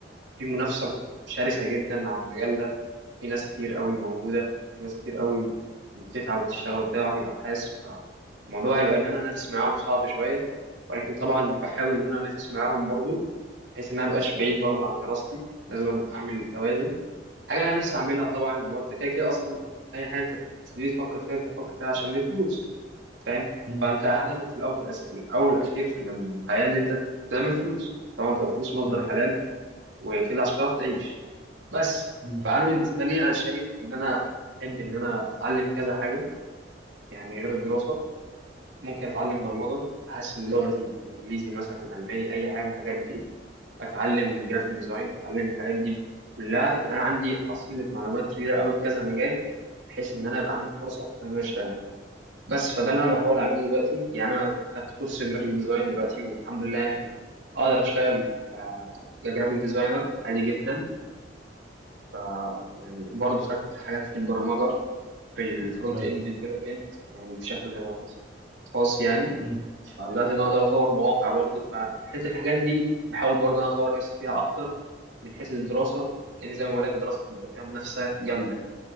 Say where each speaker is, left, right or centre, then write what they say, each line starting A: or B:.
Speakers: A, on the right; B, on the right.
A: في منافسه شرسه جدا على المجال ده في ناس كتير قوي موجودة في ناس كتير قوي بتتعب وبتشتغل وبتاع وعامل أبحاث فالموضوع هيبقى إن أنا أنافس معاهم صعب شوية ولكن طبعا بحاول إن أنا أنافس معاهم برضو بحيث إن أنا مبقاش بعيد برضو عن دراستي لازم أعمل توازن حاجة اللي أنا نفسي أعملها طبعا هو أنت كده كده أصلا أي حاجة أنت بتبتدي تفكر فيها أنت بتفكر فيها عشان الفلوس فاهم
B: مم.
A: فأنت هدفك في الأول في الأول والأخير في الحياة إن أنت تعمل فلوس طبعا تبقى فلوس مصدر
B: أيوه
A: حلال وكده عشان تعرف تعيش بس
B: مم.
A: فانا بالنسبه لي انا شايف ان انا احب ان انا اتعلم كذا حاجه يعني غير الدراسه ممكن اتعلم برمجه احسن لغتي انجليزي مثلا الماني اي حاجه من الحاجات دي اتعلم جرافيك ديزاين اتعلم الحاجات دي كلها يبقى انا عندي حصيله معلومات كبيره قوي في كذا مجال بحيث ان انا يبقى عندي فرص اكتر ان انا اشتغل بس فده اللي انا بحاول اعمله دلوقتي يعني انا خدت كورس جرافيك ديزاين دلوقتي والحمد لله يعني اقدر اشتغل آه، كجرافيك ديزاينر عادي جدا ف يعني برضه خدت حاجات في البرمجة في الفرونت
B: أيوه
A: اند ديفلوبمنت يعني بشكل خاص يعني
B: مم.
A: فدلوقتي انا اقدر اطور مواقع برضه فحته الحاجات دي بحاول برضه انا اطور نفسي فيها اكتر من حيث الدراسة لان زي ما بقول لك الدراسة بيبقى فيها منافسة جامدة